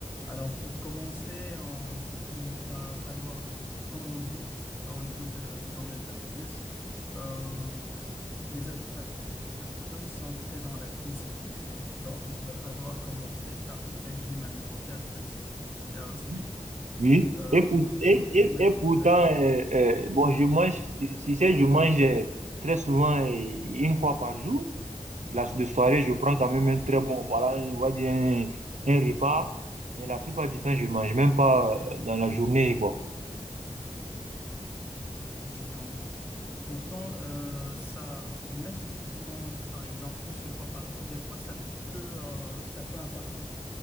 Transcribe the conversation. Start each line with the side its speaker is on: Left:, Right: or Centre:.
Left: Alors, pour commencer, on- il va falloir, bon, comme on dit, euh, au niveau de- du domaine de la fitness, euh, les abdos, ils sont faits dans la cuisine. <laughs> Donc, il va falloir commencer par un régime alimentaire précis, euh,
Right: Mhm.
Left: strict.
Right: Oui,
Left: Euh,
Right: et, pour- et,
Left: pour le régime
Right: et,
Left: alimentaire,
Right: et pourtant, euh, euh,
Left: oui,
Right: bon, je mange, tu tu sais, je mange euh, très souvent, euh, une fois par jour. La, le soirée, je prends quand même un
Left: oui,
Right: très bon, voilà, on va dire un, un repas, mais la plupart du temps, je mange même pas
Left: oui.
Right: euh, dans la journée, quoi.
Left: Je comprends. Pourtant, euh, ça, même si tu manges, par exemple, une seule fois par jour, des fois, ça peut, euh, ça peut impacter.